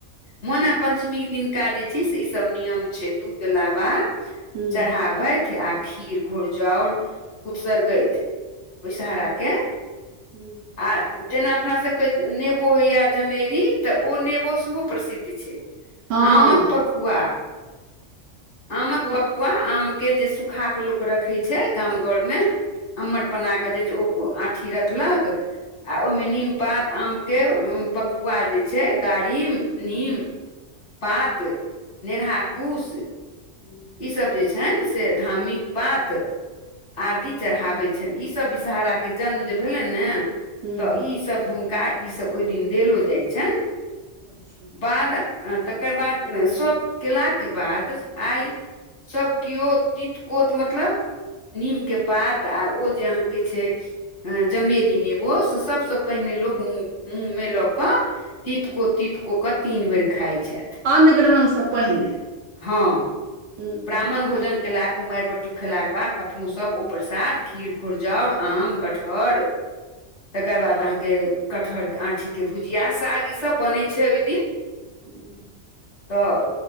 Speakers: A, on the left; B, on the right.
A: मोना पंचमी दिनका जे छैय से ई सब नियम छैय दूध लाबा
B: हूँ
A: चढ़ाबथि आ खीर घोर जार उत्सर्गथि। विषहराके
B: हूँ
A: आ जेना अपना सभके नेबो होइया जमेरी तऽ ओ नेबो सेहो प्रसिद्ध छैय।
B: हँ
A: आमक पखुआ आमक
B: ओ
A: पखुआ आम के जे सुखाके लोक रखै छैय गाम घरमे। अम्मट बनाक जे ओ आँठी रखलक। आ ओहिमे नीमपात आमके पकुआ जे छैय दारिम नीम। पात नेरहा कूश
B: हू
A: ईसभ जे छैनि से धार्मिक पात आदि चढ़ाबे छनि ई सब विषहराके जन्म जे भेलनि ने
B: हूँ
A: तऽ ईसभ हुनका ईसभ ओहि दिन देलो जाइ छनि।
B: अच्छा
A: बाद तकर बाद सब केलाके बाद आइ सभ केओ तितकोत मतलब नीमके पात आ ओ जे अहाँके छैय अ जमेरी नेबो से सभसँ पहिने लोक मु मुँह मे लऽ कऽ तितको
B: हँ
A: तितको कऽ तीन बेर खाइत छथि।
B: अन ग्रहणसँ पहिने।
A: हँ
B: हूँ
A: ब्राह्मण भोजन केला कुमारि बटु खेलाके बाद अपनो सब ओ प्रसाद खीर घुरजाउर आम कटहर तकर बाद अहाँके कठहर आँठीके भुजिया साग ईसभ बनै छैय ओहि दिन।
B: हँ
A: तऽ